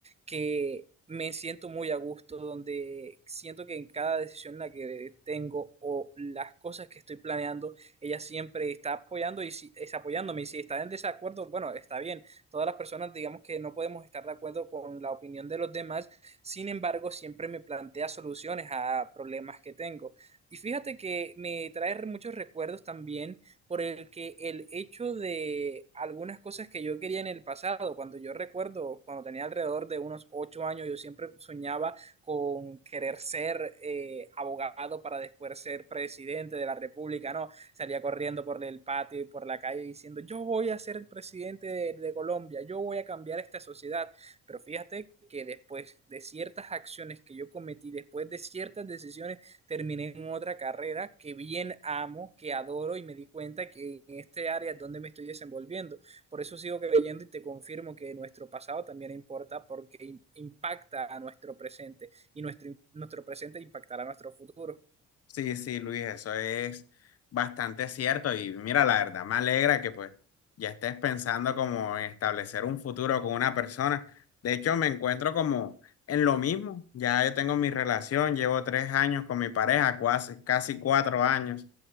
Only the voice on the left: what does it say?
Sí, sí, Luis, eso es bastante cierto y mira, la verdad me alegra que pues ya estés pensando como en establecer un futuro con una persona. De hecho, me encuentro como en lo mismo. Ya yo tengo mi relación, llevo tres años con mi pareja, cuasi- casi cuatro años.